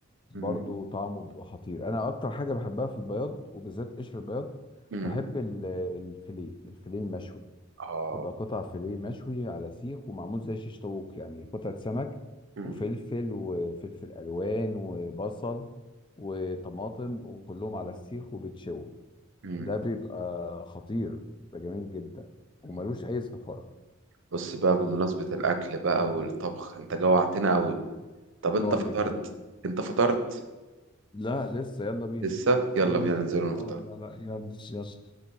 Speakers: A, on the left; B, on the right.
A: برضه
B: امم
A: طعمه بيبقى خطير انا اكتر حاجه بحبها في البياض وبالذات قشر البياض
B: امم
A: بحب ال- الفيليه الفيليه المشوي
B: اه
A: تبقى قطع فيليه مشوي على سيخ ومعمول زي شيش طاووق يعني قطعة سمك
B: امم
A: وفلفل وفلفل ألوان وبصل وطماطم وكلهم على السيخ وبتشوي
B: امم
A: ده بيبقى خطير بيبقى جميل جدا وملوش
B: أمم.
A: أي زفرة
B: بص بقى بمناسبة الأكل بقى والطبخ أنت جوعتنا
A: إحنا
B: أوي
A: جوعنا
B: طب
A: إحنا
B: أنت
A: جوعنا
B: فطرت
A: كده
B: أنت فطرت
A: لا لسه يلا بينا
B: لسه يلا
A: يلا
B: بينا
A: ناكل
B: ننزل ونفطر
A: اه لا لا يلا يلا